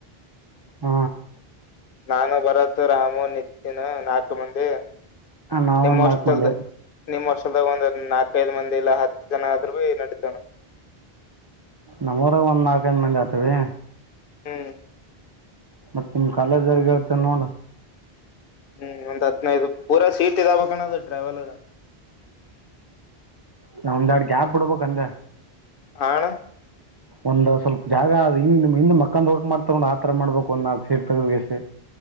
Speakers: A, on the right; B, on the left.
A: ಹ
B: ನಾನು ಭರತ್ ರಾಮು ನಿತ್ಯನ್ ನಾಕು ಮಂದಿ
A: ನಾವೊಂದು
B: ನಿಮ್ಮ್ ಹಸ್ಟೆಲ್ದೇ
A: ನಾಲ್ಕು ಮಂದಿ
B: ನಿಮ್ಮ್ ಹಸ್ಟೆಲ್ ದ ಒಂದ ನಾಕೈದ್ ಮಂದಿ ಇಲ್ಲ ಹತ್ತು ಜನ ಆದ್ರವೇ ನಡತಾವಣ
A: ನಮ್ಮೂರ ಒಂದ್ ನಾಲ್ಕೈದು್ ಮಂದಿ ಆಗ್ತವಿ
B: ಹ್ಮ್
A: ಮತ್ತ್ ನಿಮ್ ಕಾಲೇಜ್ ರಿಗೇ ಹೇಳತಿನ್ ನೋಡ್
B: ಹ್ಮ್ ಒಂದ್ ಹತ್ನೈದು ಪೂರಾ ಸೀಟ್ ಇದಬೇಕಣದು ಟರವಲರ್
A: ನಾ ಒಂದಾಡ್ ಗ್ಯಾಪ್ ಬಿಡ್ಬೇಕಕ್ಂದೆ.
B: ಅ ಅಣ್ಣ
A: ಒಂದ ಸ್ವಲ್ಪ ಜಾಗ ಹಿಂದ ಹಿಂದ ಮಕ್ಕಂದ ಹೋಗಕಕ್ ಮಾಡ್ತಾರೊಂಡ್ ಆತರ ಮಾಡ್ಬೇಕು ಒಂದ ನಾಕ್ ಸೀಟ್ ತೇಗದಿ ಏಸದಿ